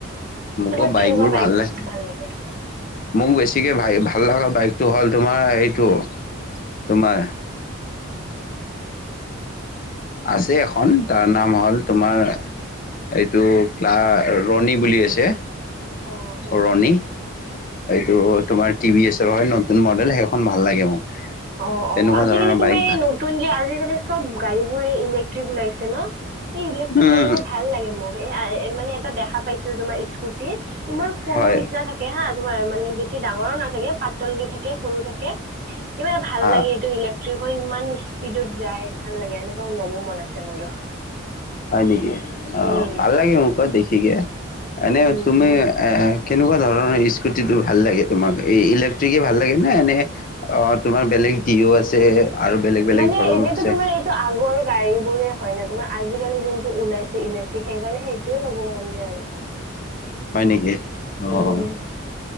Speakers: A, on the left (about 40°); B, on the right (about 35°).
A: মোকো
B: তোমাক
A: বাইকবোৰ
B: কেনেকুৱা বাইক
A: ভাল লাগে
B: ভাল লাগে
A: মোক বেছিকৈ ভাই ভাল লগা বাইকটো হ'ল তোমাৰ এইটো তোাৰ আছে এখন তাৰ নাম হ'ল তোমাৰ এইটো ক্লা ৰণী বুলি আছে
B: অ হয়
A: ৰণী এইটো তোমাৰ টি ভ এছৰ হয় নতুন মডেল সেইখন ভাল লাগে মোক
B: অ অ
A: তেনেকুৱা
B: আজিকালি
A: ধৰণৰ
B: তোমাৰ
A: বাইক
B: এই
A: ভাল
B: তুন যেি আজিকালিব গাড়ী বোৰ এই ইলেক্ট্ৰিক ওলাইছে ন স ইলেক্ট্ৰিক
A: উম
B: গাড়ী বোৰ ভাল লাগে মোক মানে এটা দেখা পাইছিলো তোমাৰ স্কুটি ইমান সৰু
A: হয়
B: নিচিনা থাকে থাকে হা তোমাৰ মানে বেছি ডাঙৰো নাথাকে পাতলকে থাকে সৰু থাকে ইবাৰ ভাল
A: অ
B: লাগে এইটো ইলেক্ট্ৰিক হৈ ইমান স্পীডত যায় ভাল লাগে এনেকুৱা লবো মন আছে মোৰো
A: হয় নেকি অ
B: উম,
A: ভাল লাগে মোক ক দেখিকে এনে
B: উম,
A: তুমি
B: উম।
A: এ কেনেকুৱা ধৰণৰ স্ুটিটো ভাল লাগে তোমাক এই ইলেক্ট্ৰিকে ভাল লাগে না এনে অ তোমাৰ বেলেগ তিও আছে আৰু বেলেগ বেলেগ
B: মানে
A: ধৰণৰ
B: এনেতো
A: আছে
B: তোমাৰ এইটো আগৰ গাড়ী বোৰে হয় ন তোমাৰ আজিকালি যোনটো ওলাইছে ইলেক্ট্ৰিক সেই কাৰণে সেইটোয়ে ল'ব মন যায় আৰু
A: <unintelligible> হয় নেকি অঁ
B: উম,